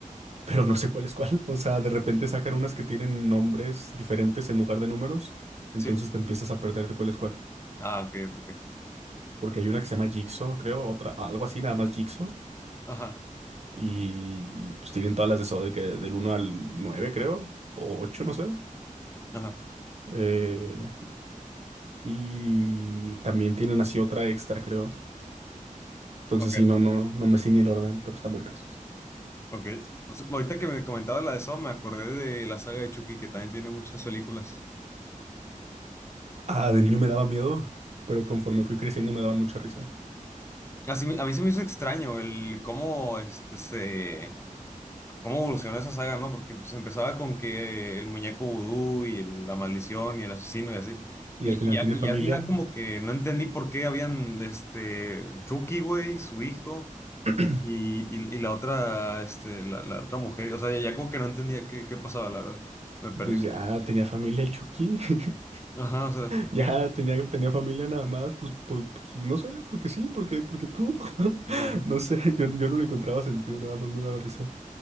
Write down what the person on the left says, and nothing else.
sí.
Ah, ok, ok. ok.
Ajá,
ajá.
Ok,
ok. O sea, ahorita que me comentabas la de Saw, me acordé de la saga de Chucky, que también tiene muchas películas.
Así, me- a mí se me hizo extraño el cómo este se cómo evolucionó esa saga, ¿no? Porque pues empezaba con que el muñeco vudú y el- la maldición y el asesino y así.
Y,
y, a-
y
al final como que no entendí por qué habían, este, Chucky, güey, su hijo
y, y, y la otra, este, la, la otra mujer. O sea, ya, ya como que no entendía qué, qué pasaba, la verdad. Me perdí.
Ajá, o sea, ¿por
qué?
Pues, no.